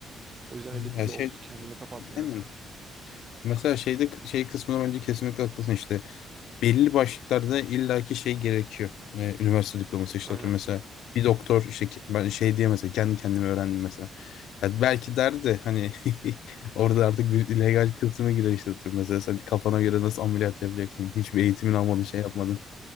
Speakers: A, on the right (about 25°); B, on the left (about 70°).
A: O yüzden öyle
B: Ya
A: bir yol
B: şey,
A: kendimi kapatmıyorum.
B: aynen. Mesela şeyde şey kısmına bence kesinlikle haklısın işte. belli başlıklarda illaki şey gerekiyor. Ee, üniversite diploması işte
A: Aynen.
B: atıyorum mesela bir doktor işte ki- ben şey diye mesela kendi kendime öğrendim mesela. Ya belki derdi de hani <laughs> orada artık bir illegal kısmı girer işte atıyorum. Mesela sen kafana göre nasıl ameliyat yapacaksın? Hiçbir eğitimin almadın şey yapmadın.